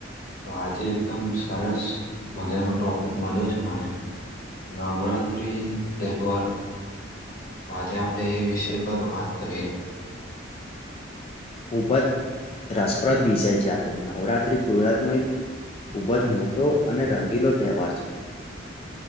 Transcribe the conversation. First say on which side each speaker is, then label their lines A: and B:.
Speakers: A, on the left; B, on the left.
A: તો આજે એકદમ સરસ મજાનો ટોપિક મળ્યો છે મને. નવરાત્ર્રી તેવારો તો આજે આપણે એ વિષય પર વાત કરીએ.
B: ખૂબ જ રસપ્રદ વિષાય છે આ તો નવરાત્રી ગુજરાત નું એક ખૂબ જ મોટો અને રંગીલો તહેવાર છે.